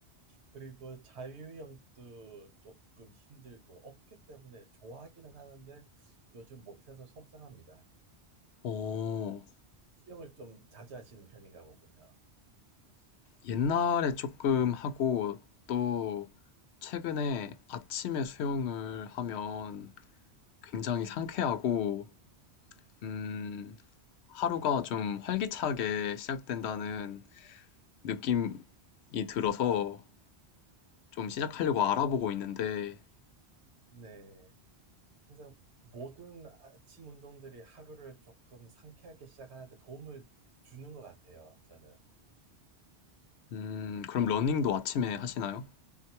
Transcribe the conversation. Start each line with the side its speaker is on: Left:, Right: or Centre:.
Right: 그리고 자유형도 조금 힘들고 없기 때문에 좋아하기는 하는데 요즘 못해서 속상합니다.
Left: 오,
Right: 수영을 좀 자주 하시는 편인가 보군요.
Left: 옛날에 조금 하고 또 최근에 아침에 수영을 하면 굉장히 상쾌하고 음, 하루가 좀 활기차게 시작된다는 느낌이 들어서 좀 시작하려고 알아보고 있는데
Right: 네. 항상 모든 아침 운동들이 하루를 조금 상쾌하게 시작하는데 도움을 주는 것 같아요, 저는.
Left: 음, 그럼 러닝도 아침에 하시나요?